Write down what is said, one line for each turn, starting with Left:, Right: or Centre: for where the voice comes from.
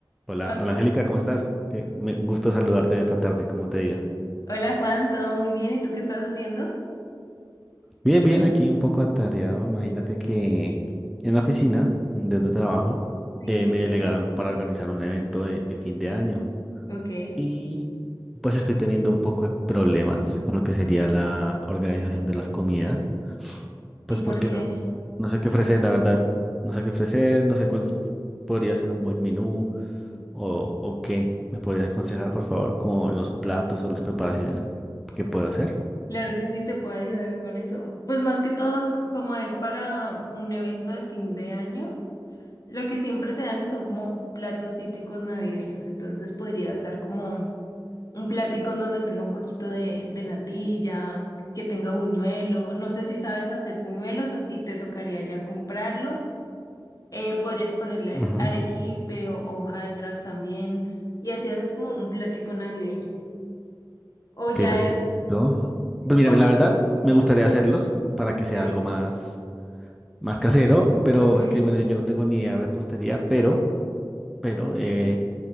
Centre: Hola,
Left: <laughs> Ah,
Centre: hola Angélica, ¿cómo estás? Que me gusta saludarte esta tarde, ¿cómo te ha ido?
Left: Hola Juan, todo muy bien. ¿Y tú qué estás haciendo?
Centre: Bien, bien, aquí un poco atareado. Imagínate que en la oficina de donde trabajo
Left: Sí,
Centre: eh, me delegaron para organizar un evento de, de fin de año
Left: Ok.
Centre: y pues estoy teniendo un poco de problemas con lo que sería la organización de las comidas, pues
Left: ¿Y por
Centre: porque
Left: qué?
Centre: no, no sé qué ofrecer, la verdad, no sé qué ofrecer, no sé cuál podría ser un buen menú. o, o qué me podrías aconsejar, por favor, como en los platos o las preparaciones que puedo hacer.
Left: Claro que sí, te puedo ayudar con eso. Pues más que todo, es c- como es para un evento de fin de año, lo que siempre se dan son como platos típicos navideños. Entonces podrías dar como un platico en donde tenga un poquito de, de natilla, que tenga buñuelo. No sé si sabes hacer buñuelos o si te tocaría ya comprarlos. Eh, podrías ponerle
Centre: Ujú.
Left: arequipe o hojaldras también. Y así haces como un platico navideño. O
Centre: Ok,
Left: ya
Centre: perfecto.
Left: es.
Centre: Pues mira,
Left: Oh,
Centre: la verdad, me gustaría hacerlos para que sea
Left: sí,
Centre: algo más, más casero, pero
Left: ok,
Centre: es que, bueno, yo no tengo ni idea de repostería, pero, pero eh,